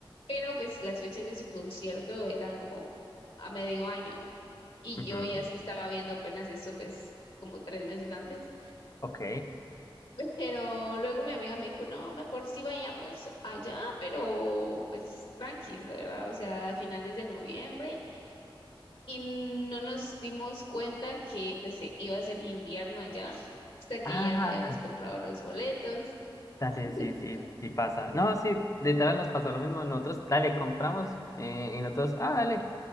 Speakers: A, on the left (about 70°); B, on the left (about 35°).
A: pero pues las fechas de su concierto eran como a medio año y
B: Ujú.
A: yo ya estaba viendo apenas eso pues como tres meses antes.
B: Ok.
A: <laughs> Pero luego mi amiga me dijo, no, mejor sí vayamos allá, pero pues tranquis, ¿verdad? O sea, a finales de noviembre. Y no nos dimos cuenta que pues eh, iba a ser invierno allá, hasta que
B: Ah,
A: ya habíamos comprado los boletos.
B: dale,
A: <laughs>
B: sí, sí, sí pasa. No, sí, literal nos pasó lo mismo. Nosotros, dale, compramos eh, y nosotros, ah, dale.